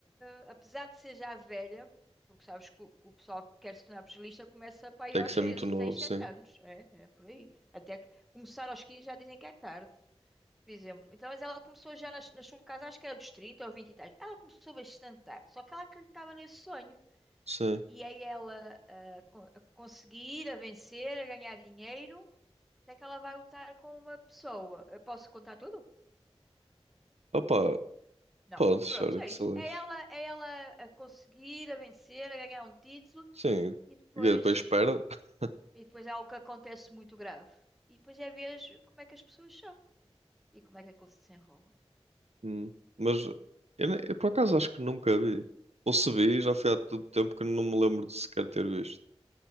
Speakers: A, in the centre; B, on the right.
A: eh, apesar de ser já velha, porque sabes que o, que o pessoal que quer se tornar pugilista começa para aí
B: Tem
A: aos
B: que ser
A: seis,
B: muito
A: seis,
B: novo, sim.
A: sete anos. É, é por aí. Até que começar aos 15 já dizem que é tarde, por exemplo. Então, mas ela começou já nas- na, sua casa, acho que era dos 30 ou 20 e tal. Ela começou bastante tarde, só que ela acreditava nesse sonho.
B: Sim.
A: E aí ela a, co- a conseguir, a vencer, a ganhar dinheiro até que ela vai lutar com uma pessoa. Eu posso contar tudo?
B: Opa,
A: Não.
B: podes,
A: Pronto,
B: olha
A: é
B: que
A: isso.
B: se lixe.
A: É ela, é ela a conseguir, a vencer, a ganhar um título
B: Sim,
A: e depois,
B: e depois perde. <laughs>
A: e depois é algo que acontece muito grave. E depois é ver como é que as pessoas são e como é que aquilo se desenrola.
B: Hum, Mas eu, ne- eu por acaso acho que nunca vi. Ou se vi, já foi há tanto tempo que não me lembro de sequer ter visto.